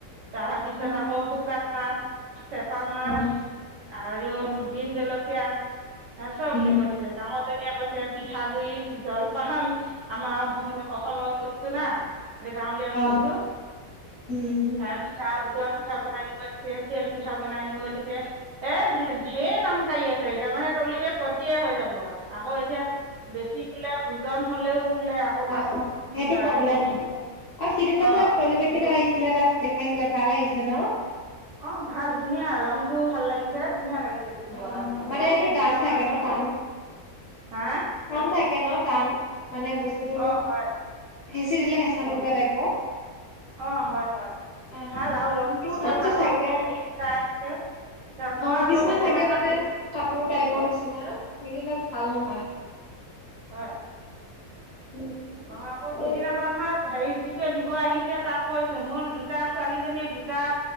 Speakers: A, on the right; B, on the left.
A: তাৰ পিছত
B: উম
A: আকৌ শুকাত মাছ, কেছা মাছ।
B: অ
A: আৰু
B: উম
A: বিহ জলকীয়া, হ চব
B: উম
A: নিব দিছে। ডাঙৰ জনীয়ে কৈছে পিঠাগুৰি জলপান আমাৰ
B: অ
A: অস অসমৰবস্তু না গাঁৱলীয়া
B: অ
A: বস্তু
B: সেইটো
A: হে চাহ উতলোৱা পিঠা বনাই নিব দিছে, তেল পিঠা বনাই নিব দিছে। এ ধেৰ নাম কাঢ়ি আছে এতিয়া, মানে তলি বেগ ভৰ্তিয়ে হৈ যাব আৰু। আকৌ এতিয়া বেছি পেলাই ওজন হলেও। বোলে আকৌ তাত
B: অ' অ' সেইটো
A: উম, আহ,
B: প্ৰব্লেম
A: নিনিয়ে
B: হব অ' সিদিনা
A: অঁ
B: যে তলিবেগকেইটা আহিছে। আহিছিলে কাৰণে দেখাইছিলে ভাল আহিছে ন'
A: অ' ভাল ধুনীয়া ৰং টো ভাল লাগিছে ধুনীয়া লাগিছে। দেখিবৰ
B: অ'
A: কাৰণে
B: মানে এইটো ডাঠ
A: এতিয়া
B: থাকে
A: আমি-
B: ন টান।
A: হা
B: টান থাকে ন' টান মানে বস্তুতটো
A: অঁ হয়
B: হেঁচি দিলে হেঁচা নযোৱা টাইপৰ।
A: অ' হয়- হয়।
B: অ
A: ভাল আৰু ৰংটোও
B: কিছুমান
A: ভাল
B: যে
A: আকৌ
B: থাকে
A: হেৰি দুটা আছে এ মই
B: অ
A: আকৌ
B: কিছুমান
A: বুজি
B: থাকে
A: ন'
B: মানে কাপোৰ টাইপৰ নিচিনা সেইগিলাক ভাল নহয়।
A: হয়
B: উম সেইটো
A: মই
B: কাৰণে
A: আকৌ বুজি
B: এই
A: নাপাওঁ। মানৰ হে যিটোৱে দিব আহিছে তাক কৈছো মোৰ দুটা ছোৱালীজনীয়ে দুটা।